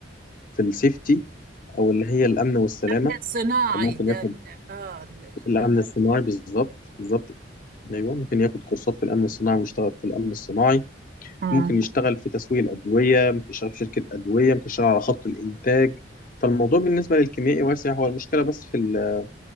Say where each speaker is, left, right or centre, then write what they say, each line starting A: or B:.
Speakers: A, on the left (about 45°); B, on the right (about 45°).
A: في السيفتي أو اللي هي الأمن والسلامة
B: النمل الصناعي
A: ممكن
B: ده
A: ياخد
B: ال- اه ال-
A: الأمن
B: ده ده
A: الصناعي بالظبط بالظبط ايوه ممكن ياخد كورسات في الامن الصناعي ويشتغل في الامن الصناعي
B: آه.
A: ممكن يشتغل في تسويق الأدوية ممكن يشتغل في شركة أدوية ممكن يشتغل على خط الإنتاج فالموضوع بالنسبة للكيميائي واسع هو المشكلة بس في ال-